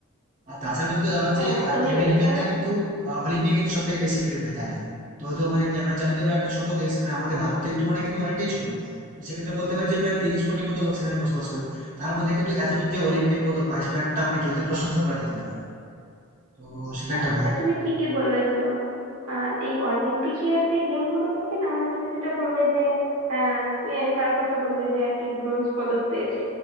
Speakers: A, on the right; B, on the right.
A: আর তাছাড়া তুমি তো জানো
B: হ্যাঁ
A: যে আহ,
B: তুমি
A: আমেরিকানরা
B: এটা
A: কিন্তু অলিম্পিকে কিন্তু সব থেকে বেশি মেডেল পেয়ে থাকে তো হয়তো মানে কি আমরা জানি যে ওরা একটা ছোট দেশ মানে আমাদের ভারতের তুলনায় কিন্তু অনেকটাই ছোট তো সেক্ষেত্রে বলতে পারি যে প্রায় তিরিশ কোটির মতো লোক সেখানে বসবাস করে তার মধ্যে কিন্তু এতজন যে অলিম্পিক পদক পায় সেটা একটা মানে কি ওদের প্রশংসা করা যেতে পারে তো সেটা
B: হ্যাঁ
A: একটা বলে
B: এটা তুমি ঠিকই বলেছো আর এই অলিম্পিকের যে গেম গুলো থাকে না মানে তুমি যেটা বললে যে আহ, কে কার কথা বললে যে আর কি ব্রোঞ্জ পদক পেয়েছে